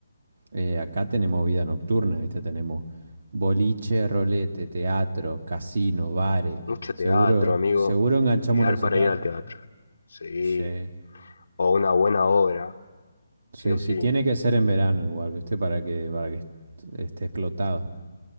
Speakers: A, on the right; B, on the left.
A: eh, acá tenemos vida nocturna, ¿viste? Tenemos boliche, rolete, teatro, casino, bares.
B: Mucho
A: Seguro,
B: teatro, amigo.
A: seguro enganchamos
B: Ideal
A: un recital.
B: para ir al teatro. Sí.
A: Sí.
B: O una buena obra,
A: Sí,
B: sí o sí.
A: sí, tiene que ser en verano igual, ¿viste? Para que, para que est- esté explotado.